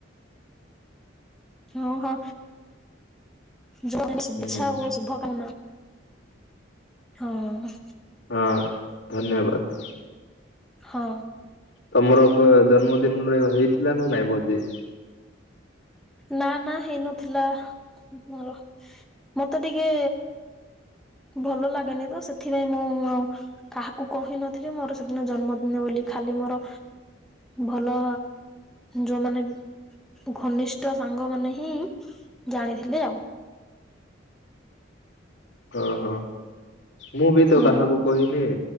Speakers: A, in the centre; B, on the left.
A: ଓହୋ। ଜନ୍ମଦିନ ଶୁଭଚ୍ଛା
B: ହୁଁ
A: ଶୁଭକାମନା। ହଁ।
B: ହଁ ଧନ୍ୟବାଦ।
A: ହଁ।
B: ତମର ଜନ୍ମଦିନରେ ହେଇଥିଲା ନା ନାଇଁ ଭୋଜି?
A: ନା ନା ହେଇନଥିଲା ମୋର। ମତେ ଟିକେ ଭଲ ଲାଗେନି ତ ସେଥିପାଇଁ ମୁଁ କାହାକୁ କହିନଥିଲି ମୋର ସେଦିନ ଜନ୍ମଦିନ ବୋଲି ଖାଲି ମୋର ଭଲ ଯୋଉ ମାନେ ବି ଘନିଷ୍ଠ ସାଙ୍ଗ ମାନେ ହିଁ ଜାଣିଥିଲେ ଆଉ।
B: ହଁ ହଁ ମୁଁ ବି ତ
A: ହଁ
B: କାହାକୁ କହିନି।